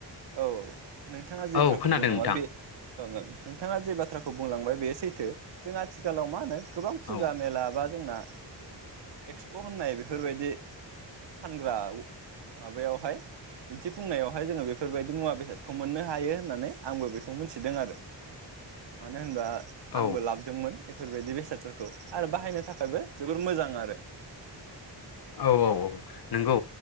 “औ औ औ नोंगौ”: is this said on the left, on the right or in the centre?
Left